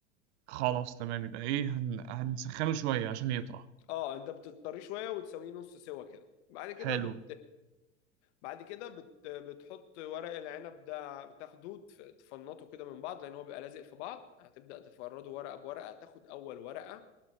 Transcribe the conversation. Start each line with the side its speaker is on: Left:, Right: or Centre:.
Right: خلاص تمام يبقى إيه هن... هنسخنه شوية عشان يطرى
Left: اه انت بتضطريه شويه وتسويه نص سوا كده بعد كده
Right: حلو
Left: بت... بعد كده بت... بتحط ورق العنب ده بتاخده تف- تفنطه كده من بعض لان هو بيبقى لازق في بعض هتبدأ تفرده ورقه بورقه تاخد اول ورقه